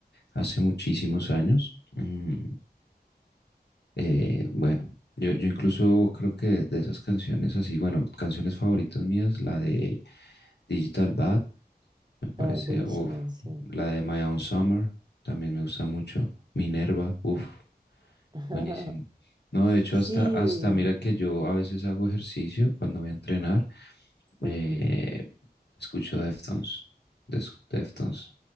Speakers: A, on the left; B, on the right.
A: hace muchísimos años. Mm, eh, bueno, yo, yo incluso creo que de esas canciones así, bueno, canciones favoritas mías, la de Digital Bad, me parece,
B: Ay, buenísima,
A: uff,
B: sí.
A: la de My Own Summer, también me gusta mucho. Minerva, uff,
B: <laughs>
A: buenísimo. No, de hecho,
B: Sí.
A: hasta, hasta, mira que yo a veces hago ejercicio cuando voy a entrenar,
B: Ujú.
A: eh, escucho Deftones, des- Deftones,